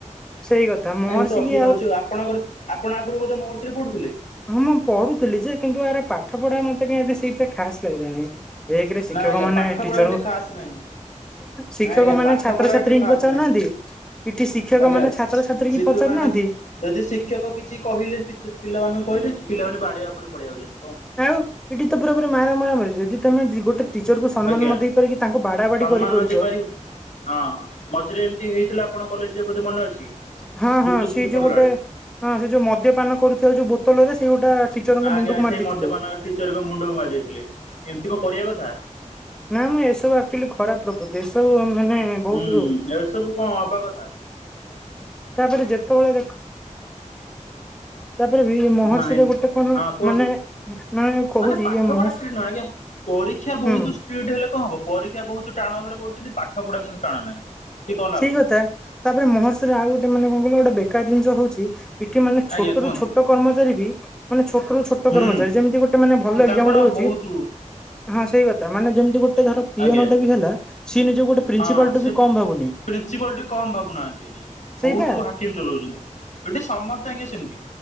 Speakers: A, in the centre; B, on the left (about 65°).
A: ସେଇ କଥା ମହର୍ଷି
B: ଏମ୍ତି ଅସୁବିଧା
A: କି
B: ହଉଚି ଆଉ। ଆପଣଙ୍କର ଆପଣ ଆଗରୁ ବଧେ ମହର୍ଷିରେ ପଢୁଥିଲେ।
A: ହଁ ମୁଁ ପଢୁଥିଲି ଯେ, କିନ୍ତୁ ର ପାଠ ପଢ଼ା ମତେ କାଇଁ ଏତେ ଖାସ୍‌ ଲାଗିଲାନି, ଏକ୍ରେ ଶିକ୍ଷକ
B: ନା ଆଜ୍ଞା
A: ମାନେ
B: ପାଠ
A: ଟିଚର
B: ପଢା ଏଠି ଖାସ୍ ନାହିଁ
A: ଶିକ୍ଷକ
B: ନାଇଁ ଆଜ୍ଞା
A: ମାନେ
B: ପାଠ
A: ଛାତ୍ରଛାତ୍ରୀଙ୍କୁ
B: ପଢା ଏଠି ଖାସ୍
A: ପଚା--ନାହାନ୍ତି,
B: ନାହିଁ।
A: ଶିକ୍ଷକ
B: ଆଜ୍ଞା
A: ମାନେ ଛାତ୍ରଛାତ୍ରୀ
B: ଶିକ୍ଷକ
A: ପଚା---ନାହାନ୍ତି।
B: ମାନେ ଯଦି ଶିକ୍ଷକ କିଛି କହିଲେ ପିଲାମାନଙ୍କୁ କହିଲେ, ପିଲାମାନେ ବାଡ଼େବା ଉପରେ ପଳେଇ ଉଚନ୍ତି।
A: ଆଉ ଏଠି ତ ପୁରାୁପୁରୀ ମାର ମରାମୁରି। ତମେ ଗୋଟେ ଟିଚର୍ ଙ୍କୁ ସମ୍ମାନ
B: ଆଜ୍ଞା।
A: ନଦେଇ ପାରିକି ତାଙ୍କୁ ବାଡ଼ା
B: ସମ୍ମାନ
A: ବାଡ଼ି କରି ପାରୁଚ।
B: ନ ଦେଇ ପାରିବୁ ହଁ! ମଝିରେ ଏମ୍ତି ହେଇଥିଲା, ଆପଣଙ୍କ କଲେଜ୍‌ରେ ଧେ ମନେ ଅଛି।
A: ହଁ ହଁ,
B: ଯୁକ୍ତ
A: ସେଇ
B: ଦୁଇରେ
A: ଯଉ
B: ପଢିଲା
A: ଗୋଟେ
B: ବେଳେ
A: ହଁ ସେ ଯଉ ମଦ୍ୟପାନ କରୁଥିବା ଯଉ ବୋ ଲରେ ସେଇ ଗୋଟା ଟିଚରଙ୍କ
B: ଆଜ୍ଞା
A: ମୁଣ୍ଡୁକୁ ମାରି
B: ସେଇ
A: ଦେଇଥିଲେ।
B: ମଦ୍ୟପାନ ଟିଚରଙ୍କ ମୁଣ୍ଡକୁ ମାରି ଦେଇଥିଲେ। ଏମିତି କଣ କରିବା କଥା
A: ନା ମ ଏସବୁ ଆକ୍ଚୁଲି ଖରାପ୍ ପ୍ରକୃଛି, ଏସବୁ ମାନେ ବହୁତ
B: ହୁଁ, ଏସବୁ ଙ୍କ ହବା କଥା
A: ତାପରେ ଯେତେବେଳେ ଦେଖ ତାପରେ ବି ମହର୍ଷିରେ
B: ନାଇଁ,
A: ଗୋଟେ କଣ
B: ହଁ କୁହନ୍ତୁ
A: ମାନେ କହୁଛି
B: ମାନେ ପାଠ
A: ଏ ମହର୍ଷି
B: ପଢା ଷ୍ଟ୍ରିକ୍ଟ ନୁହଁ ଆଜ୍ଞା ପରୀକ୍ଷା ବହୁତ
A: ହୁଁ
B: ଷ୍ଟ୍ରିକ ହେଲେ କଣ ହବ ପରୀକ୍ଷା ବହୁତ ଟାଣ ଭାବରେ କରୁଚନ୍ତି ପାଠ ପଢା କିନ୍ତୁ ଟାଣ ନାହିଁ। ସିଏ କଣ ଲାଭ
A: ସେଇ କଥା ତାପରେ ମହର୍ଷରେ ଆଉ ଗୋଟେ ମାନେ କଣ କହିଲ ବେ କାର୍ ଜିନିଷ ହଉଚି ଏଠି ମାନେ
B: ଆଜ୍ଞା
A: ଛୋଟ
B: କୁହନ୍ତୁ
A: ରୁ ଛୋଟ କର୍ମଚାରୀ ବି ମାନେ ଛୋଟ ରୁ ଛୋଟ ଟ
B: ହୁଁ
A: କର୍ମଚାରୀ ଯେମତି ଗୋଟେ ମାନେ ଭଲ
B: ତାଙ୍କର
A: ଏକ୍ଜାମ୍ପଲ୍ ଟେ ଦଉଚି
B: ବହୁତ
A: ହଁ ସେଇ କଥା ମାନେ ଯେମତି ଗୋଟ ଟେ ଧର ପିଅନ
B: ଆଜ୍ଞା।
A: ଟା ବି ହେଲା ସିଏ ନିଜକୁ ଗୋଟେ ପ୍ରିନ୍ସିପାଲ
B: ହଁ
A: ଟୁ
B: ସେ
A: ବି କମ ଭାବୁନି।
B: ପ୍ରିନ୍ସିପାଲ ଟି କମ ଭାବୁନାହାନ୍ତି ଆଜ୍ଞା
A: ସେଇବା
B: ବହୁତ ହାକିମ ଚଲଉଛନ୍ତି ଏଠି ସମସ୍ତେ ଆଜ୍ଞା ସେମିତି।